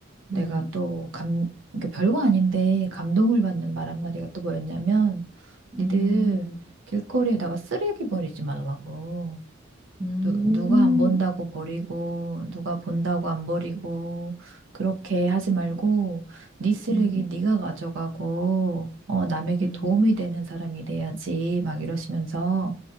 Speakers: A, on the right (about 75°); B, on the right (about 25°).
A: 내가
B: 음.
A: 또 감, 그러니까 별거 아닌데 감동을 받는 말 한마디가 또 뭐였냐면,
B: 음,
A: 니들 길거리에다가 쓰레기 버리지 말라고.
B: 음,
A: 누, 누가 안 본다고 버리고, 누가 본다고 안 버리고, 그렇게 하지 말고, 네 쓰레기
B: 음,
A: 네가 가져가고, 어, 남에게
B: 음,
A: 도움이 되는 사람이 돼야지, 막 이러시면서,